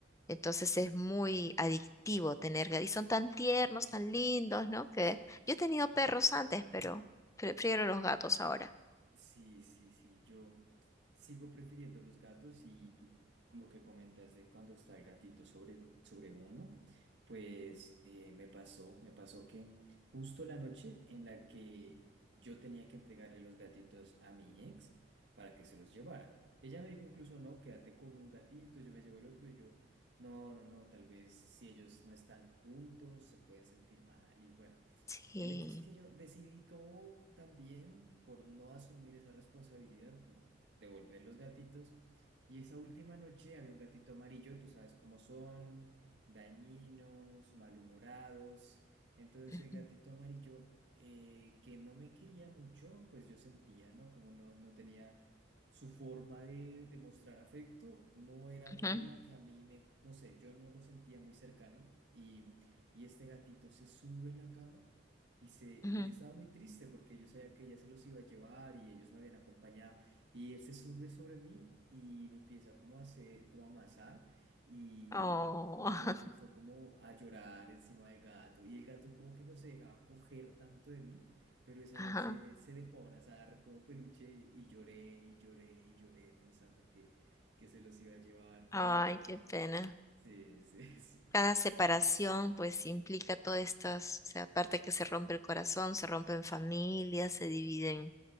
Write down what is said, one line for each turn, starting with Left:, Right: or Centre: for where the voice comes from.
Left: Entonces es muy adictivo tener gatos. Y son tan tiernos, tan lindos, ¿no? Que yo he tenido perros antes, pero prefiero los gatos ahora.
Right: Sí, sí, sí, yo sigo prefiriendo los gatos y tú lo que comentas de cuando está el gatito sobre, sobre uno, pues eh, me pasó, me pasó que justo la noche en la que yo tenía que entregarle los gatitos a mi ex para que se los llevara. Ella me dijo incluso, no, quédate con un gatito, yo me llevo el otro y yo, no, no, no, tal vez si ellos no están juntos se pueden sentir mal y bueno.
Left: Sí.
Right: El hecho es que yo decidí como también por no asumir esa responsabilidad, como devolver los gatitos. Y esa última noche había un gatito amarillo, tú sabes cómo son, dañinos, malhumorados. Entonces
Left: Ujú,
Right: el gatito amarillo, eh, que no me quería mucho, pues yo sentía, ¿no? Como no, no tenía su forma de, de mostrar afecto, no era
Left: ujú,
Right: como la que a mí me, no sé, yo no lo sentía muy cercano. Y, y este gatito se sube en la cama. Y, se,
Left: ujú.
Right: y yo estaba muy triste porque yo sabía que ella se los iba a llevar y ellos me habían acompañado. Y él se sube sobre mí y me empieza como a hacer, como a amasar y,
Left: Oh,
Right: y yo empiezo
Left: <laughs>
Right: como a llorar encima del gato. Y el gato como que no se dejaba coger tanto de mí, pero esa
Left: ajá.
Right: noche se dejó abrazar como peluche y lloré y lloré y lloré pensando que, que se los iba a llevar. Pero
Left: Ay, qué pena.
Right: sí, <laughs> sí, sí.
Left: Cada separación pues implica todas estas, o sea, aparte que se rompe el corazón, se rompen familias, se dividen